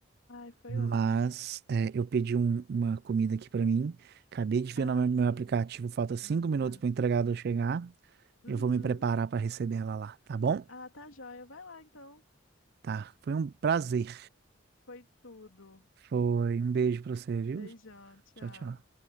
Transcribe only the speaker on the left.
ai, foi
ótimo.
Ah,
sim.
Ah,
tá.
Uhum.
Ah, tá joia. Vai lá então.
Foi tudo.
Beijão, tchau.